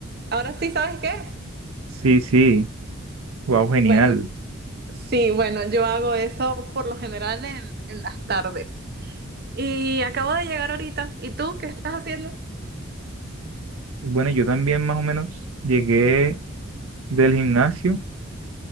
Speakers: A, on the right; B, on the right.
A: Ahora sí, ¿sabes qué es?
B: Sí, sí. Wow, genial.
A: Bueno, Sí, bueno, yo hago eso por lo general en, en las tardes. Y acabo de llegar ahorita. ¿Y tú qué estás haciendo?
B: Bueno, yo también más o menos llegué del gimnasio